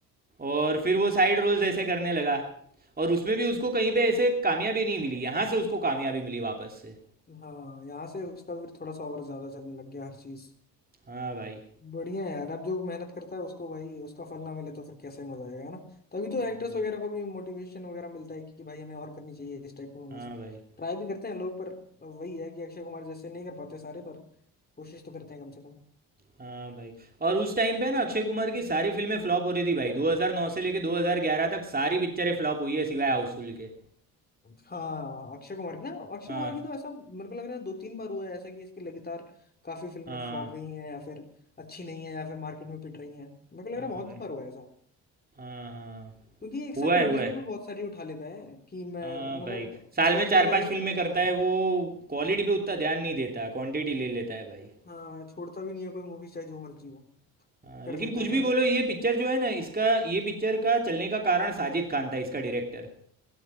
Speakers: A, on the right; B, on the left.
A: और फिर वो साइड रोल्स ऐसे करने लगा और उसमें भी उसको कहीं पे ऐसे कामयाबी नहीं मिली यहाँ से उसको कामयाबी मिली वापस से
B: हाँ यहाँ से उसका फिर थोड़ा सा और ज्यादा चलने लग गया हर चीज
A: हाँ भाई
B: बढ़िया है यार अब जो मेहनत करता है उसको भाई उसका फल ना मिले तो फिर कैसे मजा आएगा है ना तभी तो
A: हाँ
B: एक्टर्स
A: भाई
B: वगैरह को भी मोटिवेशन वगैरह मिलता है कि भाई हमें और करनी चाहिए इस टाइप की मूवीज
A: हाँ भाई
B: ट्राई भी करते हैं लोग पर अब वही है कि अक्षय कुमार जैसे नहीं कर पाते सारे पर कोशिश तो करते हैं कम से कम
A: हाँ भाई और उस टाइम पे ना अक्षय कुमार की सारी फिल्में फ्लॉप हो रही थी भाई 2009 से लेके 2011 तक सारी पिक्चरें फ्लॉप हुई है सिवाय हाउसफुल के
B: हाँ अक्षय कुमार की ना अक्षय
A: हाँ
B: कुमार की तो ऐसा मेरे को लग रहा है दो तीन बार हुआ है ऐसा कि इसकी लगातार काफी फिल्में
A: हाँ
B: फ्लॉप गई हैं या फिर अच्छी नहीं है या फिर मार्केट में पिट रही हैं मेरे को लग
A: हाँ
B: रहा है
A: भाई
B: बहुत बार हुआ है ऐसा
A: हाँ हाँ
B: क्योंकि एक
A: हुआ
B: साथ
A: है
B: मूवीज
A: हुआ है
B: भी तो बहुत सारी उठा लेता है कि मैं
A: हाँ
B: मतलब
A: भाई साल
B: सबसे
A: में
B: ज्यादा
A: चार पांच
B: यही
A: फिल्में
B: करता
A: करता
B: है
A: है वो क्वालिटी पे उतना ध्यान नहीं देता क्वांटिटी ले लेता है भाई
B: हाँ छोड़ता भी नहीं है कोई मूवी चाहे जो मर्जी हो
A: हाँ,
B: कर
A: लेकिन
B: लेता
A: कुछ
B: है
A: भी
B: सारी
A: बोलो ये पिक्चर जो है ना इसका ये पिक्चर का चलने का कारण साजिद खान था इसका डायरेक्टर